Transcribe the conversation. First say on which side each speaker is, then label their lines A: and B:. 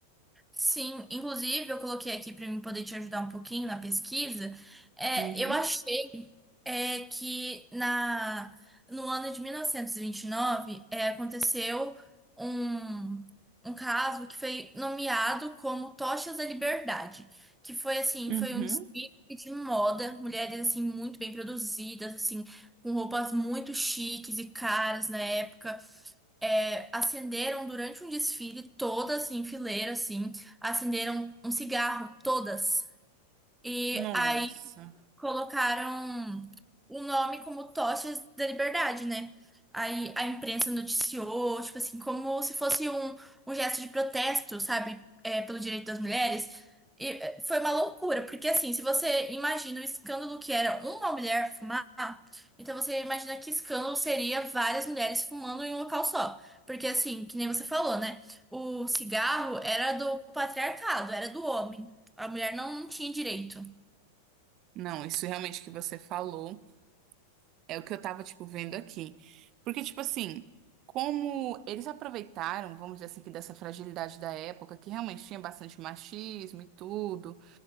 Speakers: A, in the centre; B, on the right.
A: Sim, inclusive eu coloquei aqui para mim poder te ajudar um pouquinho na pesquisa. É,
B: Uhum,
A: eu achei é, que na, no ano de 1929 é, aconteceu um, um caso que foi nomeado como Tochas da Liberdade, que foi assim,
B: uhum.
A: foi um desfile de moda, mulheres assim muito bem produzidas, assim, com roupas muito chiques e caras na época é, acenderam durante um desfile, todas em fileira, assim, acenderam um cigarro, todas. E
B: Nossa.
A: aí colocaram o nome como Tochas da Liberdade, né? Aí a imprensa noticiou, tipo assim, como se fosse um, um gesto de protesto, sabe? É, pelo direito das mulheres. E é, foi uma loucura, porque assim, se você imagina o escândalo que era uma mulher fumar, então você imagina que escândalo seria várias mulheres fumando em um local só. Porque assim, que nem você falou, né? O cigarro era do patriarcado, era do homem. A mulher não não tinha direito.
B: Não, isso realmente que você falou é o que eu tava, tipo, vendo aqui. Porque, tipo assim, como eles aproveitaram, vamos dizer assim, que dessa fragilidade da época, que realmente tinha bastante machismo e tudo,